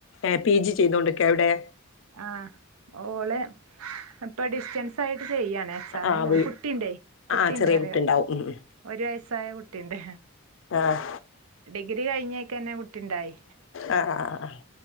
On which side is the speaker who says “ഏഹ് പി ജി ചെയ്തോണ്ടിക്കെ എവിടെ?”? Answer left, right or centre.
Left